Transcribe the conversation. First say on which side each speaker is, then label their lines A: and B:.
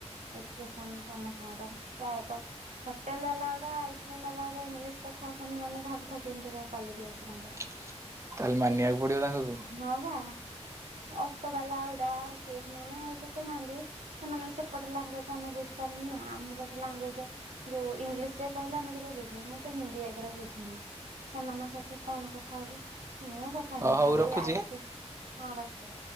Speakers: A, on the right (about 75°); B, on the right (about 25°).
A: ଏଯୁକେସନ ସମସ୍ତଙ୍କର ପ୍ରାୟତଃ। ହୋଟେଲ ବାଲା ଗୁଡ଼ା ଆଇସ୍କ୍ରିମ ବାଲା ଗୁଡ଼ା ଇଂଲିଶ କଥା ହଉଛନ୍ତି ମାନେ ଭାବୁଥା କିମିତିକା କ୍ୱାଲିଟୀ ଅଛି ତାଙ୍କର।
B: ତାହେଲେ ମାନିବାକୁ ପଡ଼ିବ ତାଙ୍କୁ।
A: ହଁ ବା ଅଟୋ ବାଲା ଗୁଡା ସେମାନେ ସେତେ ନାନ୍ତି ସେମାନେ ସେପଟେ ଲାଙ୍ଗୁଏଜ ଆମେ ବୁଝିପାରୁନୁ ନା ଆମ ପଟେ ଲାଙ୍ଗୁଏଜ ଯୋଉ ଇଂଲିଶ ରେ କହିଲା ଆମେ ଟିକେ ବୁଝିବୁ ମୁଁ ତ ହିନ୍ଦୀ ଆଗରେ ବୁଝିନି ସେମାନଙ୍କ ସାଥିରେ କଣ କଥା ହେବି ମୁଁ କଥା
B: ହ
A: ନି
B: ହଉ
A: ଖାଲି
B: ରଖୁଛି।
A: ଆଇସ୍କ୍ରି ହଁ ରଖେ